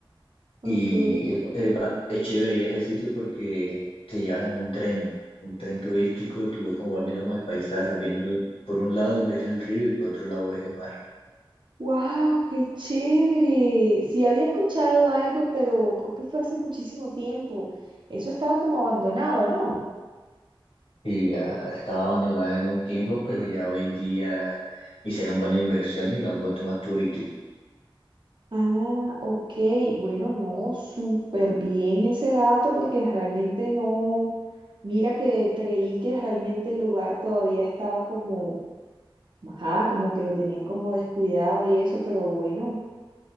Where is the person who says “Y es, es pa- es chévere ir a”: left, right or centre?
Left